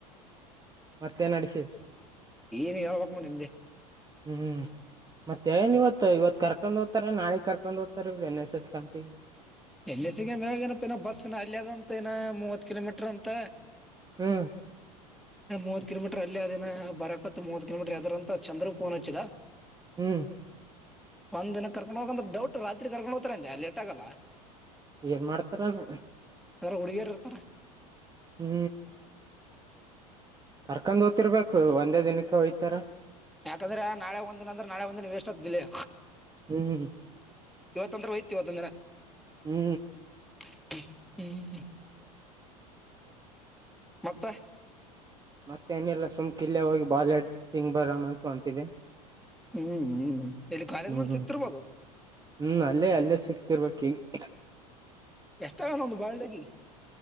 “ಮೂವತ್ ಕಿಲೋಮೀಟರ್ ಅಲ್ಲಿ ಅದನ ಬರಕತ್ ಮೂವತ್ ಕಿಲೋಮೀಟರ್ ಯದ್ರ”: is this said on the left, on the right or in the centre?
Centre